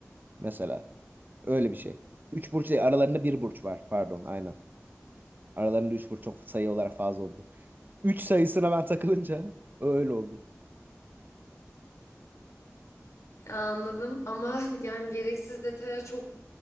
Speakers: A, on the right; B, on the left.
A: mesela. Öyle bir şey. Üç burç değil, aralarında bir burç var. Pardon aynen. Aralarında üç burç çok sayı olarak fazla oldu. Üç sayısına ben takılınca öyle oldu.
B: Ya anladım ama <laughs> yani gereksiz detaya çok